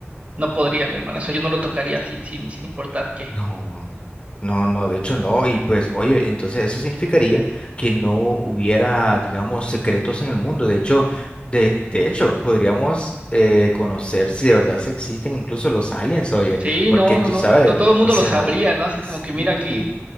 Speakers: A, on the right; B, on the left.
A: no podría, mi hermano, eso yo no lo tocaría así, sin, sin importar qué.
B: No, no, no, de hecho no. Y pues, oye, entonces eso significaría que no hubiera, digamos, secretos en el mundo. De hecho, de, de hecho, podríamos eh, conocer si de verdad se existen incluso los aliens, oye,
A: Sí,
B: porque
A: no,
B: tú
A: no, no,
B: sabes,
A: to- todo el mundo
B: o sea,
A: lo sabría, ¿no? Así
B: sí,
A: como que mira aquí,